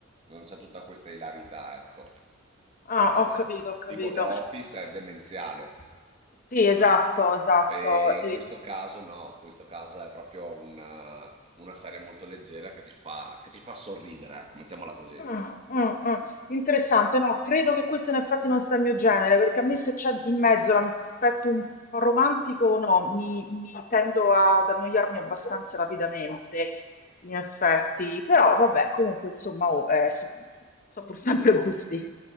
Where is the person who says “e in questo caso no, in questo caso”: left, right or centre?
Right